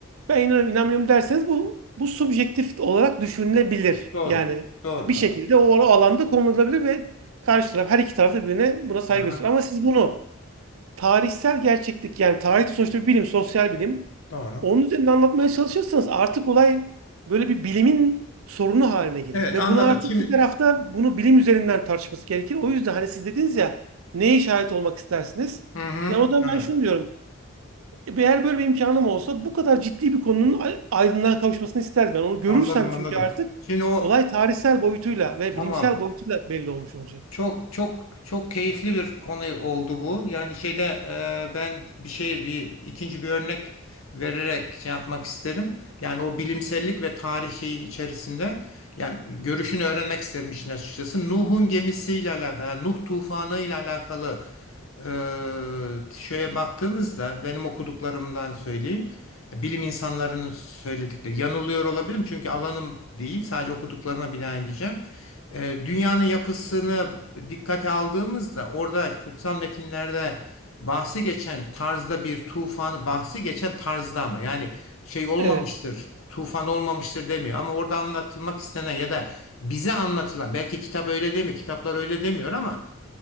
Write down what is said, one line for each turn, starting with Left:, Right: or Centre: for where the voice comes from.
Right: ben inanıyorum inanmıyorum derseniz bu bu subjektif olarak düşünülebilir.
Left: doğru,
Right: Yani
Left: doğru,
Right: bir şekilde
Left: doğru.
Right: o alanda konulabilir ve karşı taraf her iki taraf da birbirine buna saygı
Left: Aha,
Right: gösterir. Ama siz bunu tarihsel gerçeklik yani tarih de sonuçta bir bilim, sosyal bilim
Left: doğru.
Right: onun üzerinde anlatmaya çalışırsanız artık olay böyle bir bilimin sorunu haline gelir.
Left: Evet,
Right: Ve
Left: anladım.
Right: bunu artık
Left: Şimdi
Right: iki tarafta bunu bilim üzerinden tartışması gerekir. O yüzden hani siz dediniz ya neye şahit olmak istersiniz?
Left: hı hı,
Right: Ya o zaman
Left: anladım,
Right: ben şunu diyorum. E, Eğer böyle bir imkanım olsa bu kadar ciddi bir konunun ay- aydınlığa kavuşmasını isterdim. Ben onu görürsem
Left: anladım.
Right: çünkü
Left: anladım.
Right: artık
Left: Şimdi o
Right: olay tarihsel boyutuyla ve
Left: tamam.
Right: bilimsel boyutuyla belli olmuş olacak.
Left: Çok çok çok keyifli bir konu oldu bu. Yani şeyde e, ben bir şey bir ikinci bir örnek vererek şey yapmak isterim. Yani o bilimsellik ve tarihi içerisinde yani görüşünü öğrenmek isterim işin açıkçası. Nuh'un gemisiyle alakalı, Nuh tufanı ile alakalı Eee, şeye baktığımızda benim okuduklarımdan söyleyeyim. Bilim insanlarının söyledikleri yanılıyor olabilirim çünkü alanım değil sadece okuduklarıma binaen diyeceğim. Eee, dünyanın yapısını dikkate aldığımızda orada kutsal metinlerde bahsi geçen tarzda bir tufanı bahsi geçen tarzda ama yani şey olmamıştır
Right: Evet.
Left: tufan olmamıştır demiyor ama orada anlatılmak istenen ya da bize anlatılan belki kitap öyle demiyor kitaplar öyle demiyor ama